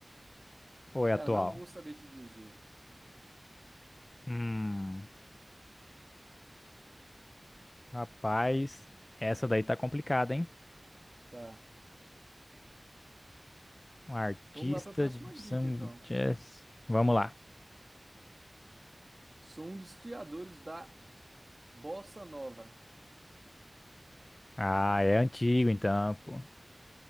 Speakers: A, on the left; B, on the right.
A: ou é
B: Cara,
A: atual?
B: não vou saber te dizer,
A: Hum, rapaz, essa daí tá complicada, hein?
B: tá?
A: Um artista
B: Vamos lá pra próxima
A: de
B: dica,
A: São
B: então.
A: Jazz. Vamos lá.
B: Sou um dos criadores da bossa nova.
A: Ah, é antigo então, pô.